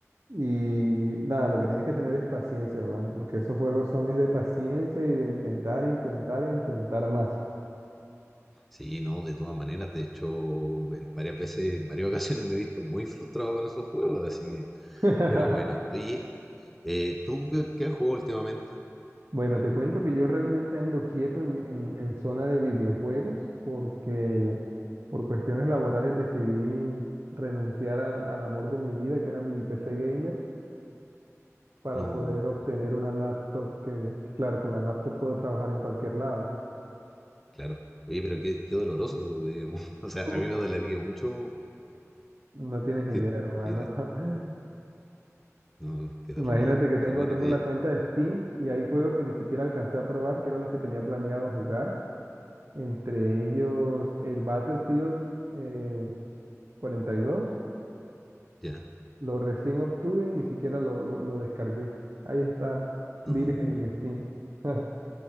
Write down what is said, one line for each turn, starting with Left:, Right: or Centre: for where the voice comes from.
Right: Y nada, lo que tienes que tener es paciencia, hermano, porque esos juegos son es de paciencia y de intentar, intentar e intentar más.
Centre: Sí, no, de todas maneras, de hecho, en varias veces, en varias <laughs> ocasiones me he visto muy frustrado con esos juegos, así que...
Right: <laughs>
Centre: Pero bueno, oye, eh, ¿tú qué, qué has jugado últimamente?
Right: Bueno, te cuento que yo realmente ando quieto en, en- en zona de videojuegos porque por cuestiones laborales decidí renunciar al, al amor de mi vida, que era mi PC gamer, para
Centre: No,
Right: poder obtener una laptop que, claro, con la laptop puedo trabajar en cualquier lado.
Centre: claro. Oye, pero qué, qué doloroso, digamos. <laughs> O sea,
Right: Uf.
Centre: a mí me dolería mucho
Right: No tienes idea,
Centre: que,
Right: hermano.
Centre: que-
Right: <laughs>
Centre: no, qué terrible.
Right: Imagínate que tengo,
Centre: Pero bueno,
Right: tengo
Centre: eh,
Right: la cuenta de Steam y hay juegos que ni siquiera alcancé a probar, que eran los que tenía planeado jugar. Entre ellos el Battlefield eh, 42
Centre: ya,
Right: Lo recién obtuve y ni siquiera lo, lo, lo descargué. Ahí está, virgen
Centre: no.
Right: en Steam. <laughs>